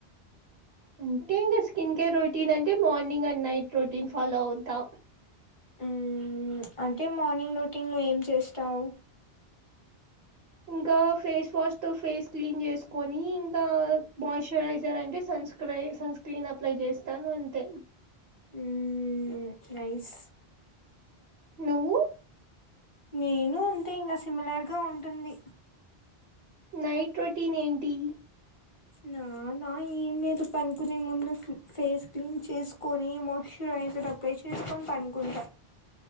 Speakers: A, on the right (about 60°); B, on the left (about 35°).
A: అంటే ఇంకా స్కిన్ కేర్ రొటీన్ అంటే morning and night routine follow అవుతా
B: ఉమ్ అంటే మార్నింగ్ రొటీన్ లో ఏం చేస్తావు
A: ఇంకా ఫేస్ వాష్ తో ఫేస్ క్లీన్ చేసుకొని ఇంకా మాష్ ఎక్చురైజర్ అంటే సన్క్ర సన్ స్క్రీన్ అప్లై చేస్తాను అంతే
B: ఉమ్ నైస్
A: నువ్వు
B: నేను అంతే ఇంగా సిమిలర్గా ఉంటుంది
A: నైట్ రొటీన్ ఏంటి
B: నా నా ఏం లేదు పనుకునే ముందు స్ ఫేస్ క్లీన్ చేసుకొని మోశ్చర్ రేజర్ అప్లై చేసికొని పడుకుంటా